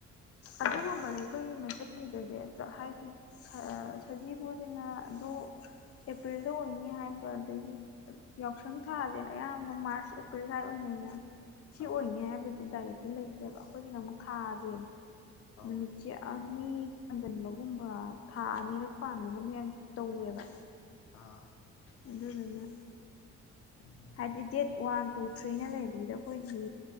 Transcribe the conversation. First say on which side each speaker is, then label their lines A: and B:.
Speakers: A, on the left; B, on the left.
A: ꯑꯗꯨꯒꯨꯝꯕꯗꯤ ꯑꯩꯈꯣꯏꯒꯤ ꯃꯩꯇꯩꯒꯤꯗꯗꯤ ꯍꯥꯏꯗꯤ ꯁꯖꯤꯕꯨꯖꯤꯅ ꯑꯗꯨ ꯑꯦꯄ꯭ꯔꯤꯜꯗ ꯑꯣꯏꯅꯤ ꯍꯥꯏꯕ ꯑꯗꯒꯤ ꯌꯥꯎꯁꯪ ꯊꯥꯥꯖꯦ ꯑꯌꯥꯝꯕꯅ ꯃꯥꯔꯆ ꯑꯦꯄ꯭ꯔꯤꯜ ꯁꯋꯥꯏ ꯑꯣꯏꯅꯩꯗꯅ ꯁꯤ
B: ꯑꯧ
A: ꯑꯣꯏꯅꯤ ꯍꯥꯏꯕ ꯗꯥꯏꯔꯦꯛꯇꯤ ꯂꯩꯇꯦꯕ ꯑꯩꯈꯣꯏꯒꯤꯅ ꯑꯃꯨꯛ ꯊꯥꯖꯦ
B: ꯑꯧ
A: ꯅꯨꯃꯤꯠ ꯆꯦ ꯑꯅꯤ ꯄꯥꯟꯖꯟꯕꯒꯨꯝꯕ ꯊꯥ ꯑꯅꯤꯔꯛ ꯄꯥꯟꯕꯒꯨꯝꯕ ꯌꯥꯝ ꯇꯧꯋꯦꯕ
B: ꯑꯥ
A: ꯑꯗꯨꯗꯨꯅ
B: ꯎꯝ
A: ꯍꯥꯏꯗꯤ ꯗꯦꯠ ꯋꯥꯟ ꯇꯨ ꯊ꯭ꯔꯤꯅ ꯂꯩꯕꯖꯤꯗ ꯑꯩꯈꯣꯏꯒꯤ